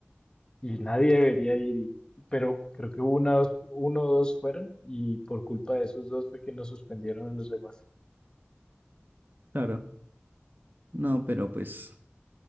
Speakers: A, on the left; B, on the right.
A: y nadie debería ir, y- pero creo que una, dos- uno o dos fueron, y por culpa de esos dos fue que nos suspendieron a los demás.
B: Claro. No, pero pues,